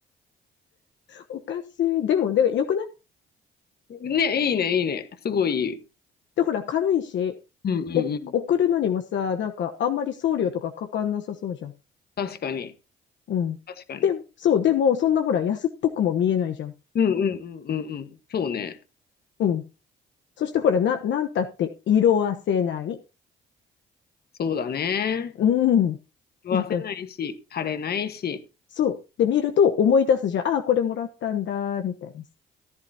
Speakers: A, on the left; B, on the left.
A: おかしい。でも、で、よくない
B: ね、いいね、いいね。すごいいい。
A: で、ほら、軽いし、
B: うんうんうん。
A: お、送るのにもさ、なんか、あんまり送料とかかかんなさそうじゃん。
B: 確かに。
A: うん。
B: 確かに。
A: で、そう、でも、そんなほら、安っぽくも見えないじゃん。
B: うんうんうんうんうん。そうね。
A: うん。そしてほら、な、なんたって色あせない。
B: そうだね。
A: うん。
B: 食わせないし、
A: なんか、
B: 枯れないし。
A: そう。で、見ると思い出すじゃん。ああ、これもらったんだ、みたいな。